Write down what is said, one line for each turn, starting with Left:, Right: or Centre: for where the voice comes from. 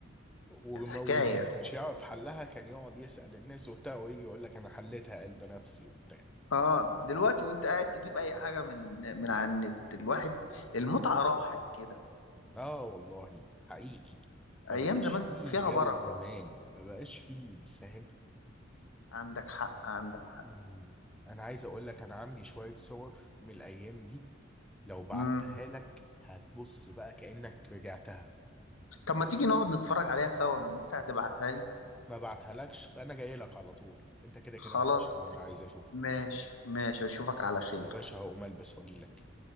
Centre: وما-
Left: كانت حكايه
Centre: واللي ما كانش يعرف حلها كان يقعد يسأل الناس وبتاع ويجي يقول لك انا حليتها قلب نفسي وبتاع
Left: اه دلوقتي وانت قاعد تجيب اي حاجه من من على النت الواحد المتعه راحت كده
Centre: اه والله حقيقي ما
Left: ايام
Centre: بقاش
Left: زمان
Centre: فيه
Left: فيها
Centre: جو
Left: بركه
Centre: زمان ما بقاش فيه فاهم
Left: عندك حق عندك حق
Centre: مم. انا عايز اقول لك انا عندي شوية صور من الايام دي لو بعتها
Left: مم.
Centre: لك هتبص بقى كأنك رجعتها
Left: طب ما تيجي نقعد نتفرج عليها سوا من لسه هتبعتها لي
Centre: ما بعتهالكش فانا جاي لك على طول انت كده
Left: خلاص
Centre: كده وحشني وانا عايز اشوفك
Left: ماشي ماشي اشوفك على خير
Centre: يا باشا هقوم البس واجي لك